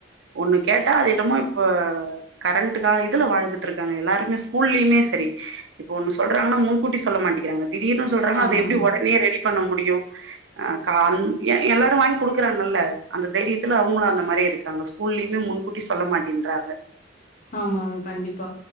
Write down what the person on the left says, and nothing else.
ஆமாங்க.
ஆமாங் கண்டிப்பா